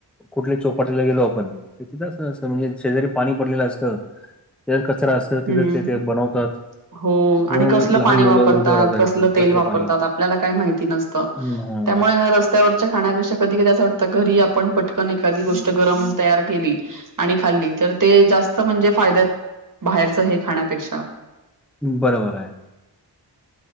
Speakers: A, in the centre; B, on the right.
A: कुठल्या चौपाटीला गेलो आपण तिथं अस असत म्हणजे शेजारी पाणी पडलेलं असतं. जर कचरा असल तिथेच
B: हम्म.
A: तेथे बनवतात
B: हो
A: म्हणून
B: आणि कसलं
A: लहान
B: पाणी
A: मुलं
B: वापरतात,
A: लवकर आजारी
B: कसलं
A: पडतात
B: तेल
A: तसलं
B: वापतात.
A: पाणी
B: आपल्या काही माहिती नसतं,
A: हं हां.
B: त्यामुळे त्या रस्त्यावरच्या खाण्यापेक्षा कधी कधी असं वाटतं घरी आपण पटकन एखादी गोष्ट गरम तयार केली. आणि खाल्ली तर ते जास्त म्हणजे फायद्या बाहेरचं हे खाण्यापेक्षा
A: बरोबर आहे.